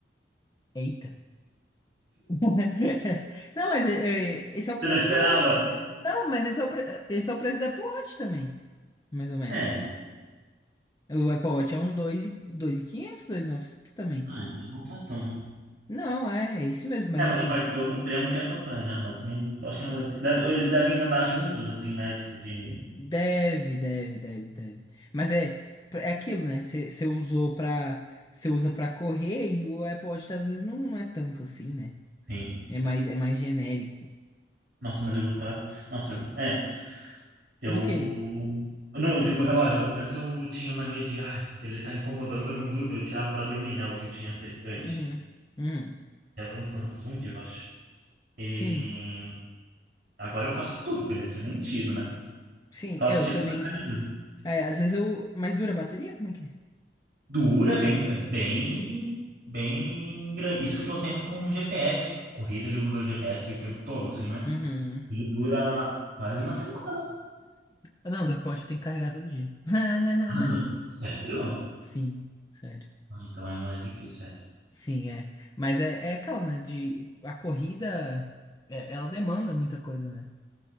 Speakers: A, on the left; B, on the right.
A: Eita. <laughs> Não, mas é, é, esse é o preço
B: Você não esperava?
A: do. Não, mas esse é o, pre... esse é o preço do Apple Watch também, mais ou menos.
B: É,
A: O Apple Watch é uns 2 e 2.500, novecentos também.
B: ah, então não tá tão.
A: Não, é, é isso mesmo, mas
B: É, mas
A: assim,
B: eu paguei, eu comprei há um tempo atrás já, mas também acho que não deve ter. deve- eles devem andar juntos, assim, né? Tipo de.
A: Deve, deve, deve, deve. Mas é, é aquilo, né? Você usou pra. Você usa pra correr e o Apple Watch às vezes não, não é tanto assim, né?
B: Sim.
A: É mais, é mais genérico.
B: Nossa, mas eu uso pra. Nossa, eu- é. Eu.
A: Do que?
B: Não, eu digo o relógio. eu- Antes eu tinha mania de. Ai, ele tá incomodando, eu, não dur... eu tirava pra dormir, né? O que eu tinha ante- antes.
A: Uhum, uhum.
B: Era um Samsung, eu acho. E
A: Sim,
B: agora eu faço tudo com ele, assim, eu nem tiro, né?
A: sim,
B: Só
A: é,
B: tiro
A: eu também.
B: pra carregar.
A: É, às vezes eu. Mas dura a bateria? Como é que é?
B: Duro é bem. É bem. Bem grande. Isso que eu tô sempre com o GPS, tipo, corrida ele usa o GPS o tempo todo, assim, né?
A: Uhum.
B: Ele dura quase uma semana.
A: Ah, Não, do Apple Watch tem que carregar todo dia. <laughs>
B: Ah, não. Sério?
A: Sim, sério.
B: Ah, Então é mais difícil, é.
A: Sim, é. Mas é, é aquela, né? De, a corrida, é, ela demanda muita coisa, né?